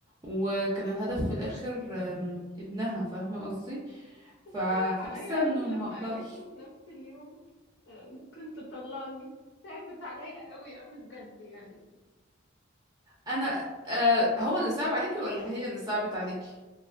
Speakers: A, on the right; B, on the left.
A: وكان الهدف في الاخر أم، ابنها فاهمه قصدي
B: بس
A: فحاسه
B: تعب عليا
A: انه
B: قوي لما
A: ما اقدرش
B: قالت له في نفس اليوم آه، ممكن تطلقني تعبت عليا قوي قوي بجد يعني
A: انا أه هو اللي صعب عليكي ولا هي اللي صعبت عليكي